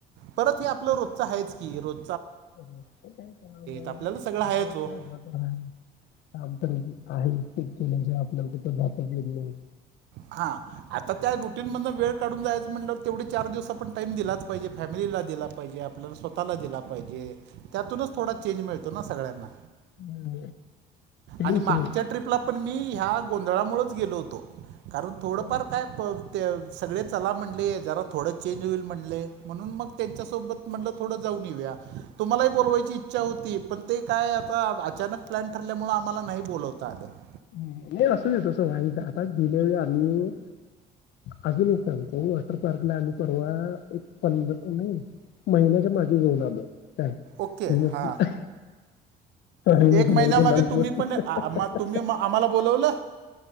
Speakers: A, on the right; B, on the left.
A: परत हे आपलं रोजचं आहेच की रोज
B: रस्त काय काम आहे
A: आपल्याला सगळं आहेच हो
B: काम काम तर आहे केलं आपल्याला कठ जातच येत नाही
A: हा आता त्या रुटीन मध वेळ काढून जायचं म्हटलं तेवढे चार दिवस आपण टाइम दिलाच पाहिजे फॅमिलीला दिला पाहिजे आपल्याला स्वतःला दिला पाहिजे त्यातूनच थोडा चेंज मिळतो ना सगळ्यांना
B: नाही
A: आणि
B: असंच
A: मागच्या
B: आहे
A: ट्र्रीपला पण प मी ह्या गोंधळामुळेच गेलो होतो कारण थोडंफार
B: हं, हं.
A: काय ते सगळे चला म्हणले जरा थोडं चेंज होईल म्हणले म्हणून मग त्यांच्यासोबत म्हटल पुढं जाऊन येऊया तुम्हालाही बोलवायची इच्छा होती पण ते काय आता अचानक प्लॅन ठरल्यामुळे मला नाही बोलवता अगं
B: नाही असंच येत असई आताच गेल्या वळी आम्ही अजून एक सांगत वॉटर पार्कला आम्ही परवा एक पंध महिन्याच्या मागे घेऊन आलो <inaudible> का त
A: ओके हां
B: ह म
A: एक
B: तुम्हालक
A: महिन्यामागे
B: नल
A: तुम्ही
B: मण
A: पण आ- आम्हा-
B: <inaudible>
A: तुम्ही आम्हाला बोलवलं